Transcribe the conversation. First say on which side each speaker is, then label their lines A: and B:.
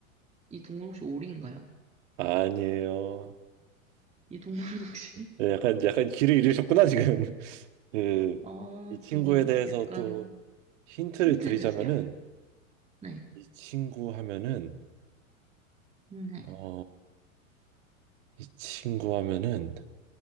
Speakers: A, on the right (about 15°); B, on the right (about 60°).
A: 이 동물 혹시 오리인가요?
B: 아니에요.
A: 이 동물은 혹시
B: 네,
A: <laughs>
B: 약간 약간 길을 잃으셨구나 지금. <laughs> 그
A: 아, 아,
B: 이 친구에
A: 지금
B: 대해서
A: 약간
B: 또 힌트를
A: 힌트
B: 드리자면은
A: 주세요. 네,
B: 이 친구 하면은
A: 음, 네,
B: 어 이 친구 하면은